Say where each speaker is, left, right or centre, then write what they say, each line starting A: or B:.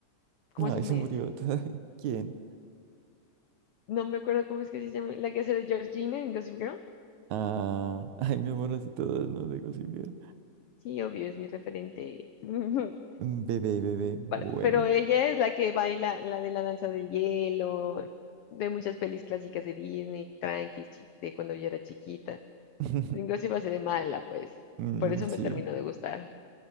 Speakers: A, on the right; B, on the left.
A: <laughs>
B: como
A: Ay,
B: hace un
A: se
B: mes.
A: murió. <laughs> ¿Quién?
B: No me acuerdo cómo es que se llama. La que hace de Georgina en Gossip Girl.
A: Ah, ay, mi amor, así todas, no dejo sin ver.
B: Sí, obvio, es mi referente. <laughs>
A: Mm, Bebé, bebé, bueno.
B: para- pero ella es la que baila la de la danza de hielo, de muchas pelis clásicas de Disney, tranquis, chi- de cuando yo era chiquita.
A: <laughs>
B: Inclusive hace de mala, pues.
A: Mm,
B: Por eso
A: sí,
B: me terminó de gustar.